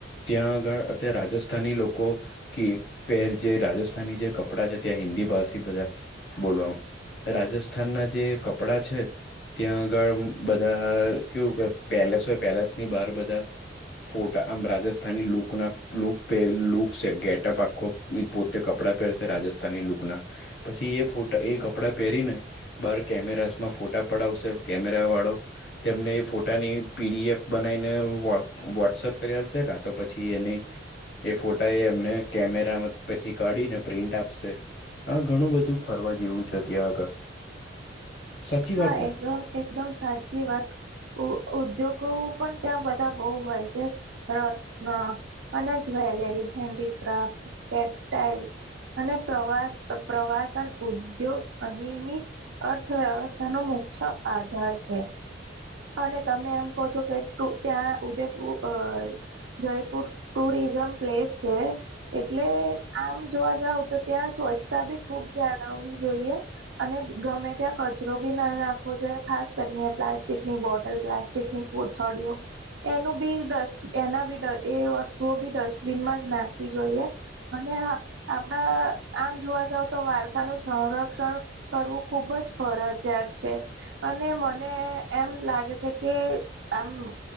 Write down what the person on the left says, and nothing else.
ત્યાં આગળ અત્યાર રાજસ્થાની લો કો. કે પહેર જે રાજસ્થાની જે કપડાં છે ત્યાં હિન્દી ભાષી બધા. બોલવ રાજસ્થાનના જે કપડા છે. ત્યાં આગળ બધા કેવું કે પેલેસ હોય પેલેસ ની બહાર બધા ફોટા આમ રાજસ્થાની લોકોના લોક પેહ લોક ગેટઅપ આખો પોતે કપડાં પહેરશે રાજસ્થાની લુકના. પછી એ પોતા એ કાપડા પહેરીને બાર કેમેરાસમાં ફોટા પડાવશે કેમેરા વાળો. તેમને એ ફોટાની પી ડી એફ બનાઈને વોટ્સ વોટ્સઅપ કરી આપશે કા તો પછી એની એ ફોટા એ એમને કેમેરા માંથી પછી કાઢી ને પ્રિન્ટ આપશે. હ ઘણું બધું ફરવા જેવું છે ત્યાં આગળ, સાચી
વાત ને.